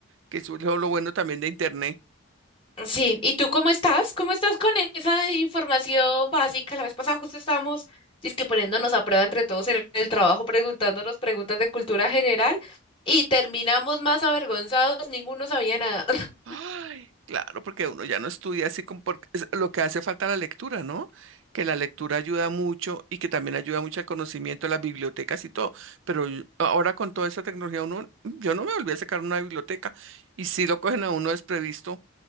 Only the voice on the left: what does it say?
Sí, ¿y tú cómo estás? ¿Cómo estás con esa información básica? La vez pasada justo estábamos dizque poniéndonos a prueba entre todos en el trabajo, preguntándonos preguntas de cultura general y terminamos más avergonzados, ninguno sabía nada. <laughs>